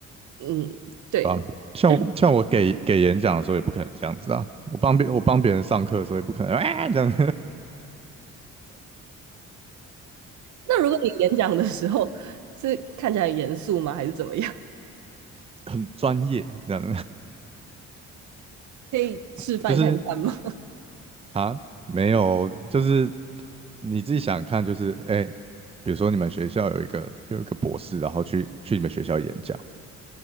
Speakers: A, on the right; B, on the right.
A: 嗯，对，
B: 啊，吧？像像我给给演讲的时候也不可能这样子啊，
A: 就
B: 我帮别我帮别人上课的时候也不可能啊这样，
A: 那如果你演讲的时候是看起来很严肃吗？还是怎么样？
B: <laughs> 很专业这样，
A: 可以示范看看吗？
B: <laughs> 就是啊没有，就是你自己想想看，就是哎、比如说你们学校有一个有一个博士，然后去去你们学校演讲，